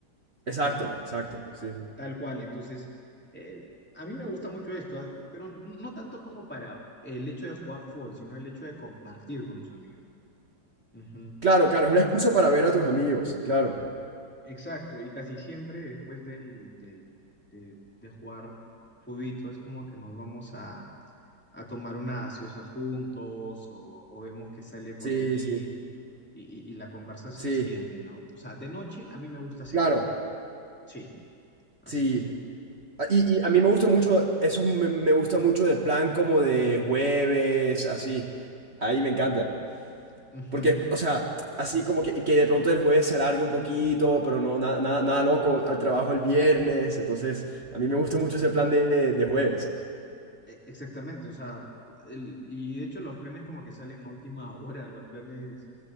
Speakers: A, in the centre; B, on the right (about 35°).
A: Exacto.
B: Exacto, exacto, sí. sí.
A: Tal cual, entonces, eh, a mí me gusta mucho esto, ah, pero no tanto como para el hecho de jugar fútbol, sino el hecho de compartir con tus amigos. Ujú.
B: Claro, claro, es una excusa para ver a tus amigos, claro.
A: Exacto, y casi siempre después del, del- de, de jugar fubito es como que nos vamos a, a tomar una gaseosa juntos o, o vemos que sale por
B: Sí,
A: ahí
B: sí,
A: y, y- y la conversa se
B: sí,
A: extiende, ¿no? O sea, de noche a mí me gusta hacer
B: claro,
A: eso. Sí, así
B: sí.
A: es.
B: A- Y, y a mí me gusta mucho, eso me, me gusta mucho de plan como de jueves, así. Ahí me encanta.
A: Ujú.
B: Porque, o sea, así como que, que de pronto el jueves se alargue un poquito, pero no, nada, nada, nada loco, al trabajo el viernes. Entonces, a mí me gusta mucho ese plan de, de jueves.
A: E- Exactamente, o sea, el- y de hecho los planes como que salen a última <laughs> hora, los planes